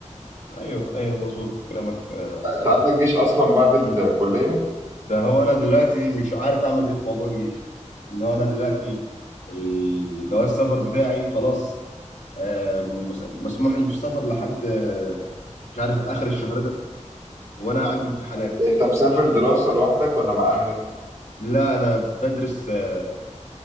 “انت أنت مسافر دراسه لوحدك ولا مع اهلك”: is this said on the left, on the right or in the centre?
Right